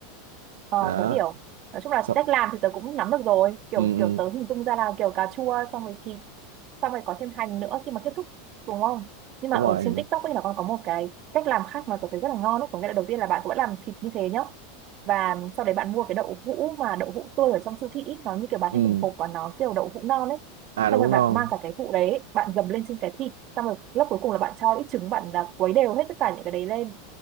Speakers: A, on the right (about 45°); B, on the right (about 75°).
A: ờ,
B: đó.
A: tớ hiểu nói chung là
B: So,
A: cách làm thì tớ cũng nắm được rồi kiểu
B: ừ, ừ,
A: kiểu tớ hình dung ra là kiểu cà chua xong rồi thịt xong rồi có thêm hành nữa khi mà kết thúc đúng không nhưng mà
B: đúng
A: ở
B: rồi
A: trên TikTok ấy là còn có một cái cách làm khác mà tôi thấy rất là ngon ấy có nghĩa là đầu tiên là bạn cũng làm thịt như thế nhá và sau đấy bạn mua cái đậu hũ mà đậu hũ tươi ở trong siêu thị ý, nó như kiểu bán
B: ừ.
A: thành từng hộp và nó kiểu đậu hũ non ấy
B: à
A: xong
B: đậu
A: rồi
B: hũ
A: bạn
B: non
A: mang cả cái hũ đấy bạn dầm lên trên cái thịt xong rồi lớp cuối cùng là bạn cho ít trứng bạn là quấy đều hết tất cả những cái đấy lên